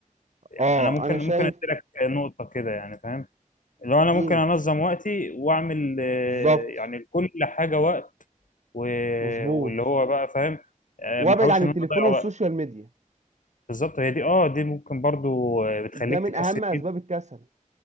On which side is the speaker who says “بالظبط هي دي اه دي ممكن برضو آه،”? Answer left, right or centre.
Left